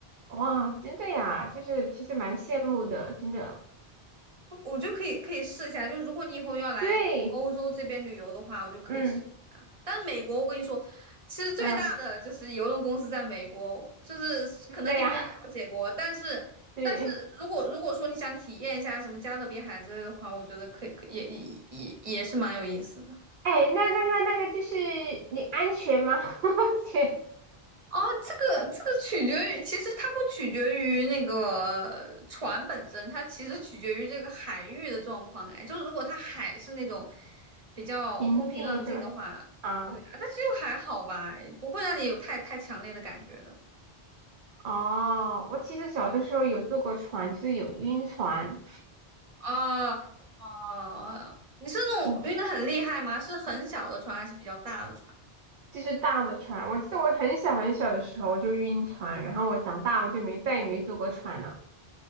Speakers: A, on the right (about 60°); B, on the right (about 35°).
A: 哇，真的呀，就是其实蛮羡慕的，真的。
B: 我就可以可以试一下，就如果你以后要来欧洲这边旅游的话，
A: 对，
B: 我就可以试一下。
A: 嗯
B: 但美国，我跟你说，其实最大的就是邮轮公司在美国，
A: 嗯，
B: 就是可能你没有了解过，
A: 对呀，<laughs>
B: 但是但是如果如果说你想体验一下什么加勒比海之类的话，
A: 对。
B: 我觉得可以，可以也也也也是蛮有意思的。
A: 哎，那那个那个就是你安全吗？<laughs> 我觉
B: 哦，这个这个取决于，其实它不取决于那个船本身，它其实取决于这个海域的状况。哎，就是如果它海是那种比较风平浪静的话，
A: 平静是吧？啊，
B: 对啊，它其实还好吧，不会让你有太太强烈的感觉的。
A: 哦，我其实小的时候有坐过船，就是有晕船，
B: 啊哦，你是那种晕的很厉害吗？
A: 我
B: 是很小的船还是比较大的船？
A: 就是大的船。我记得我很小很小的时候我就晕船，然后我长大我就没再也没坐过船了。